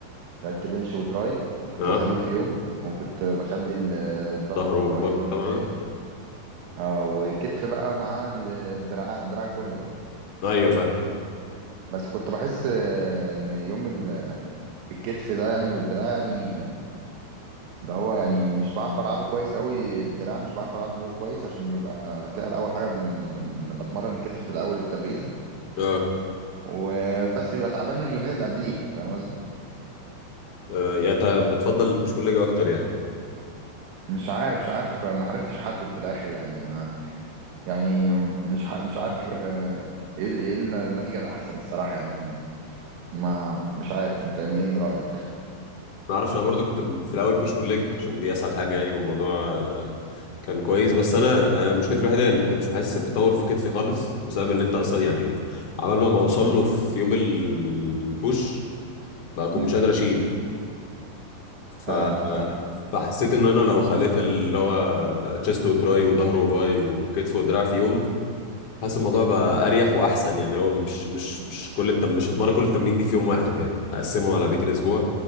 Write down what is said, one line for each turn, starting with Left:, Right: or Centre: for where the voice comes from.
Right: لعبت بنش وتراي كنت
Left: اه
Right: بخليهم في يوم وكنت بخلي ال- الظهر
Left: ظهر
Right: والباي
Left: وبطن
Right: في يوم
Left: طبعا
Right: تاني اه وكتف بقى مع ال- الدراع الدراع كله بقى
Left: ايوه فاهم
Right: بس كنت بحس آه، ان يوم ال- الكتف ده يعني والدراع يعني ده هو يعني مش بعرف العبه كويس قوي الدراع مش بعرف العبه كويس عشان بيبقى تعب اول حاجه من- من- لما بتمرن الكتف في الاول التمرينه
Left: اه
Right: وبس بيبقى تعبان من اليومين اللي قبليه فاهم قصدي
Left: آه، يعني انت بتفضل البوش بول ليج اكتر يعني
Right: مش عارف مش عارف ما عرفتش احدد في الاخر يعني انا يعني مش ح- مش عارف آه، ايه ال- إيه النتيجه الاحسن الصراحه يعني ما مش عارف انت ايه من رايك
Left: ما اعرفش انا برضو كنت م- في الاول بوش بول ليج عشان دي اسهل حاجه يعني والموضوع آه، كان كويس بس انا آه، مشكلتي الوحيده ان ما كنتش بحس بتطور في كتفي خالص بسبب ان انت اصلا يعني عبال ما ما اوصل له في يوم ال- البوش بقى اكون
Right: امم
Left: مش قادر اشيل ف
Right: اه
Left: آه،
Right: اه فاهم
Left: فحسيت ان انا لو خليت اللي هو تشيست وتراي وظهر وباي وكتف ودراع في يوم حاسس الموضوع بقى اريح واحسن يعني لو مش مش مش كل التم... مش هتمرن كل التمارين دي في يوم واحد يعني اقسمهم على بقيه الاسبوع